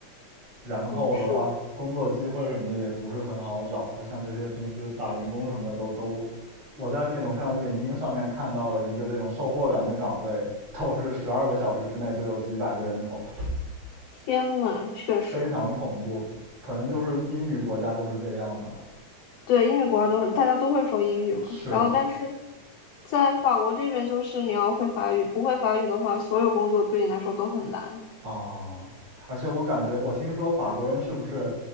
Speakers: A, on the right; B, on the left.
A: 然后的话，
B: 嗯，是的，
A: 工作机会什么的也不是很好找。他像这些平时打零工什么的都都，我在那种像领英上面看到了一个这种售货员的岗位，<laughs> 都是十二个小时之内就有几百个人投，
B: 天呐，确实。
A: 非常恐怖。可能就是英语国家就是这样吧。
B: 对，英语国家都大家都会说英语嘛。
A: 是
B: 然后，但是在法国这边，就是你要会法语，不会法语的话，所有工作对你来说都很难。
A: 啊，而且我感觉，我听说法国人是不是，